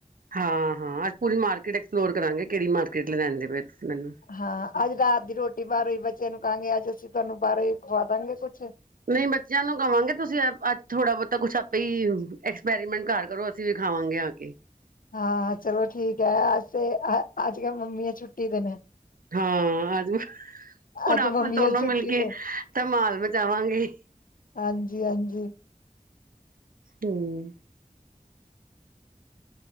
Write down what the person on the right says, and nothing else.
ਹਾਂ- ਹਾਂ ਅਸੀ ਪੂਰੀ ਮਾਰਕੀਟ ਐਕਸਪਲੋਰ ਕਰਾਂਗੇ, ਕੇਹੜੀ ਮਾਰਕੀਟ ਲੈਣਦੇ ਪਏ ਤੁਸੀਂ ਮੈਨੂੰ।
ਨਹੀਂ ਬੱਚਿਆਂ ਨੂੰ ਕਵਾਂਗੇ ਤੁਸੀਂ ਅੱਜ ਥੋੜਾ- ਬੋਤਾ ਕੁਛ ਆਪੇ ਹੀ ਐਕਸਪੈਰੀਮੈਂਟ ਘਰ ਕਰੋ ਫੇਰ ਖਾਵਾਂਗੇ ਆ ਕੇ।
ਹਾਂ ਆਜੋ। ਹੁਣ
ਆਪਾਂ
ਦੋਨੋ
ਮਿਲ ਕੇ
ਧਮਾਲ ਮਚਾਵਾਂਗੇ।
ਹਮ